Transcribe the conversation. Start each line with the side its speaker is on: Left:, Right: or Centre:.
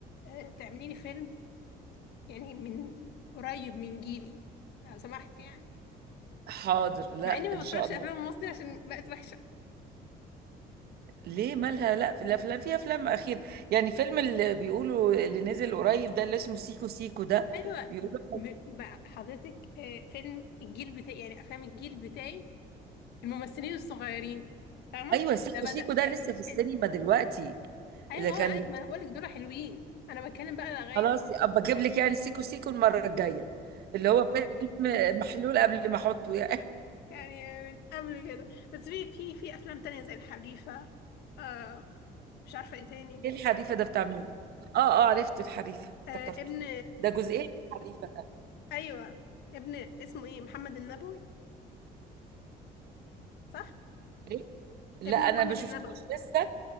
Left: آه، تعملي لي فيلم يعني من قريب من جيلي لو سمحت يعني
Right: حاضر لا
Left: مع اني ما
Right: ان
Left: بتفرجش
Right: شاء الله
Left: افلام مصري عشان بقت وحشة
Right: ليه مالها لا في الافلام في افلام اخير يعني فيلم اللي بيقولوا اللي نزل قريب ده اللي اسمه سيكو سيكو ده
Left: ايوه
Right: بيقولوا
Left: م- بقى حضرتك آه، فيلم الجيل بتاعي يعني افلام الجيل بتاعي الممثلين الصغيرين فاهمة
Right: ايوه سيكو
Left: ده بدأ
Right: سيكو ده
Left: يعملوا
Right: لسه في السينما
Left: كده
Right: دلوقتي
Left: ايوه
Right: اللي
Left: ما
Right: كان
Left: هو ايوه ما انا بقولك دول حلوين انا بتكلم بقى لغايه
Right: خلاص ابقى اجيب لك يعني سيكو سيكو المره الجايه اللي هو فيلم محلول قبل ما احطه يعني
Left: يعني من قبل كده بس في في في افلام تانية زي الحريفه آه مش عارفه ايه تاني
Right: <laughs> ايه الحريفه ده بتاع مين اه اه عرفته الحريفه افتكرته
Left: آه ابن
Right: ده جزئين الحريفه ده
Left: ايوه ابن اسمه ايه محمد النبوي صح
Right: ليه؟ لا
Left: ابن
Right: انا
Left: محمد
Right: ما شفتوش
Left: النبوي
Right: لسه